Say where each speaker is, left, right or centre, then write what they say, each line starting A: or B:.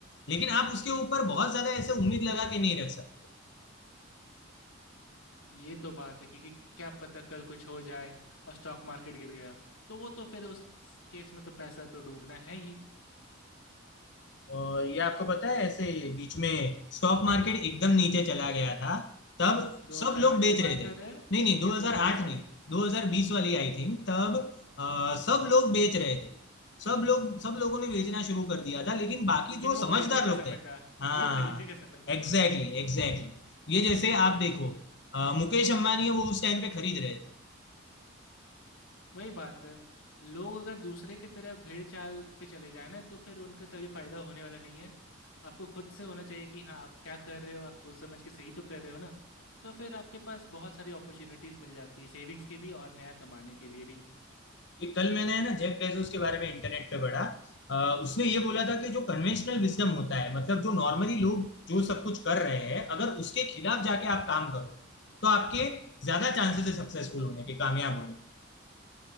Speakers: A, on the left (about 55°); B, on the left (about 85°).
A: लेकिन आप उसके ऊपर बहुत ज्यादा ऐसे उम्मीद लगा के नहीं रख सकते
B: ये तो बात है क्योंकि क्या पता कल कुछ हो जाए और स्टॉक मार्केट गिर गया तो वो तो फिर उस केस में तो पैसा तो डूबना है ही
A: और ये आपको पता है ऐसे बीच में स्टॉक मार्केट एकदम नीचे चला गया था तब
B: 2008
A: सब लोग बेच
B: की
A: रहे
B: बात
A: थे
B: कर रहे हैं
A: नहीं नहीं 2008
B: या 2020 वाली
A: नहीं 2020 वाली आई थिंक तब अ, सब लोग बेच रहे थे सब लोग सब लोगों ने बेचना शुरू कर दिया था लेकिन बाकी
B: लेकिन
A: जो
B: वो खरीदने
A: समझदार
B: का
A: लोग
B: समय
A: थे
B: था
A: हाँ
B: वो खरीदने का समय था
A: एग्जैक्टली एग्जैक्टली ये जैसे आप देखो अ, मुकेश अंबानी है वो उस टाइम पे खरीद रहे थे
B: वही बात है लोग अगर दूसरे की तरह भेड़ चाल पे चले जाए ना तो फिर उनका कभी फायदा होने वाला नहीं है आपको खुद से होना चाहिए कि हाँ आप क्या कर रहे हो आप सोच समझ के सही तो कर रहे हो ना तो फिर आपके पास बहुत सारी अपॉर्चुनिटीज मिल जाती है सेविंग्स की भी और नया कमाने के लिए भी
A: ये कल मैंने है ना जेफ बेजोस के बारे में इंटरनेट पे पढ़ा अ, उसने ये बोला था कि जो कन्वेंशनल विजडम होता है मतलब जो नॉर्मली लोग जो सब कुछ कर रहे हैं अगर उसके खिलाफ जाके आप काम करो तो आपके ज्यादा चांसेस है सक्सेसफुल होने के कामयाब होने के